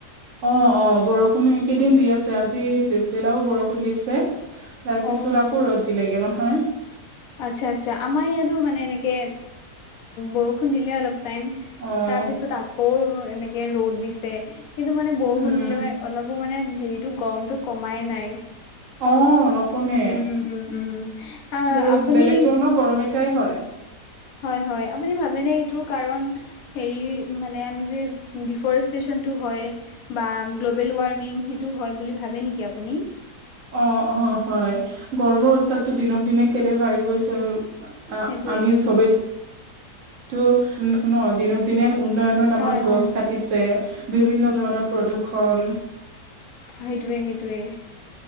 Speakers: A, on the right; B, on the left.
A: অঁ-অঁ! বৰষুণো এইকেইদিন দি আছে। আজি পিছবেলাও বৰষুণ দিছে। <unintelligible> তাৰ পিছত
B: অ
A: আকৌ ৰ'দ দিলেগে নহয়। <unintelligible>
B: আচ্ছা-আচ্ছা। আমাৰ ইয়াতো মানে এনেকে বৰষুণ দিলে অলপ। <unintelligible> টাইম,
A: অ'।
B: তাৰ পিছত আকৌ এনেকে ৰ'দ দিছে। কিন্তু মানে বৰষুণ
A: উম,
B: দিলেওঁ <inaudible> অলপো মানে হেৰিটো গৰমটো কমাই নাই। <inaudible>
A: অঁ! নকমে
B: উম, উম, উম, উম, আহ
A: বহুত
B: আপুনি
A: বেলেগ ধৰণৰ গৰম এটাই হয়। <unintelligible>
B: হয়-হয়। আপুনি ভাবে নে এইটোৰ কাৰণ <unintelligible> হেৰি মানে, আমি যে ডিফৰেষ্ট্ৰেশচনটো হয়। <unintelligible> বা গ্ল'বেল ৱাৰ্মিং সেইটো হয় বুলি ভাবে নেকি আপুনি? <inaudible>
A: অঁ-অঁ! হয়, গৰমৰ উত্তাপটো
B: আচ্ছা,
A: দিনক দিনে কেলে বাঢ়ি গৈছে <inaudible> অঁ!
B: সেইটোয়ে
A: আমি চবে <unintelligible> ত' উন্নয়ন দিনক দিনে উন্নয়নৰ নামত
B: হয়, হয়,
A: গছ কাটিছে। <unintelligible> বিভিন্ন ধৰণৰ প্ৰদূষণ। <inaudible>
B: সেইটোৱে-সেইটোৱে। <unintelligible>